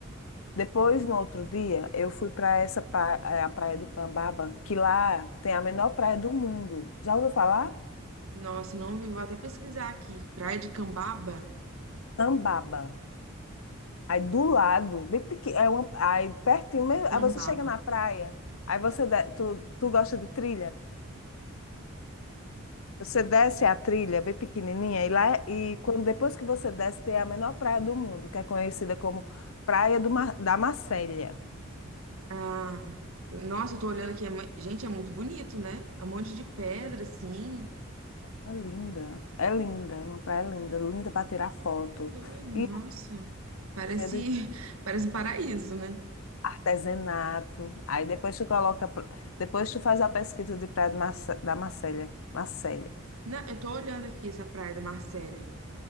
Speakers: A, on the left; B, on the right.
A: depois, no outro dia, eu fui para essa pra... é, a praia de Pambaba, que lá tem a menor praia do mundo. Já ouviu falar?
B: Nossa, não vi, vou até pesquisar aqui. Praia de Cambaba?
A: Pambaba. Aí do lado, bem pequeno, é uma... aí pertinho, mesmo- aí
B: Cambaba.
A: você chega na praia, aí você, de- tu, tu gosta de trilha? Você desce a trilha bem pequenininha e lá é, e quando depois que você desce tem a menor praia do mundo, que é conhecida como Praia do Mar- da Macélia.
B: Ah, eu- nossa, eu tô olhando aqui. é mu- Gente, é muito bonito, né? É um monte de pedra, assim.
A: É linda, é linda, é uma praia linda, linda para tirar foto.
B: Tá Doido,
A: E
B: nossa. Parece,
A: cheia de
B: <laughs> parece um paraíso, né?
A: artesanato. Aí depois tu coloca, pra- depois tu faz a pesquisa de Praia de Marce- da Macélia, Macélia.
B: Não, eu tô olhando aqui essa praia da Marcélia.